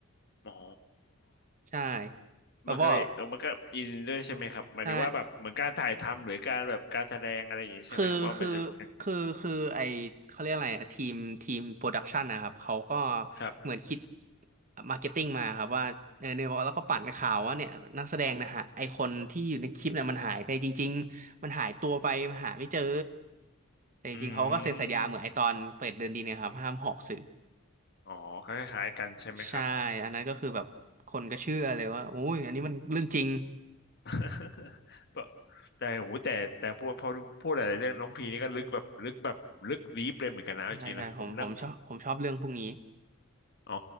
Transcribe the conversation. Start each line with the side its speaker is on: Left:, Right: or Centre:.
Left: อ๋อ
Right: ใช่แล้วก็
Left: มันก็เลยอมันก็อินด้วยใช่ไหมครับหมายถึงว่าแบบเหมือนการถ่ายทำหรือการแบบการแสดงอะไรอย่างนี้ใช่ไหมครับว่ามันจะเป็นกันจริง
Right: ใช่ คือคือคือคือไอเขาเรียกอะไรอะทีมทีมโปรดักชันนะครับเขาก็
Left: ครับ
Right: เหมือนคิดมาร์เก็ตติ้งมาครับว่าเออเนี่ยแล้วก็ปั่นข่าวว่าเนี่ยนักแสดงนะฮะไอคนที่อยู่ในคลิปเนี่ยมันหายไปจริงๆมันหายตัวไปมันหาไม่เจอแต่จริงๆเขาก็เซ็นสัญญาเหมือนไอตอนเปิดเดินดีเนี่ยครับห้ามหอกสื่อ
Left: อืมอ๋อคล้ายๆกันใช่ไหมครับ
Right: ใช่อันนั้นก็คือแบบคนก็เชื่อเลยว่าออ้ยอันนี้มันเรื่องจริง
Left: <laughs> ก็แต่โหแต่แต่พูดพอพูดหลายๆเรื่องน้องพีนี่ก็ลึกแบบลึกแบบลึกลีฟเลยเหมือนกันนะเอาจริงนะผมนั่ง
Right: ใช่ใช่ผมผมชอบผมชอบเรื่องพวกนี้
Left: อ๋อ